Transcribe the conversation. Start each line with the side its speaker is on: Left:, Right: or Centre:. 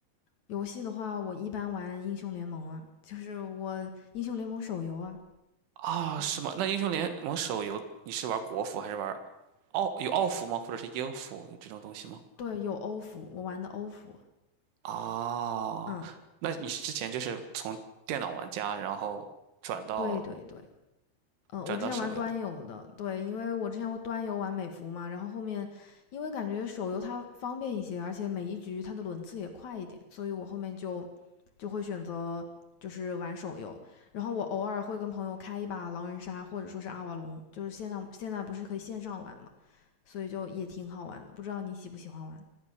Left: 游戏的话，我一般玩英雄联盟啊，就是我英雄联盟手游啊，
Right: 啊，
Left: 嗯，
Right: 是吗？那英雄联盟手游你是玩国服还是玩奥有奥服吗？或者是英服有这种东西吗？
Left: 对，有欧服，我玩的欧服，
Right: 哦，
Left: 嗯，
Right: 那你之前就是从电脑玩家，然后转到
Left: 对对对。嗯，
Right: 转到手游了？
Left: 我之前玩端游的，对，因为我之前我端游玩美服嘛，然后后面因为感觉手游它方便一些，而且每一局它的轮次也快一点，所以我后面就就会选择就是玩手游，然后我偶尔会跟朋友开一把狼人杀或者说是阿瓦隆，就是现在现在不是可以线上玩嘛，所以就也挺好玩的，不知道你喜不喜欢玩？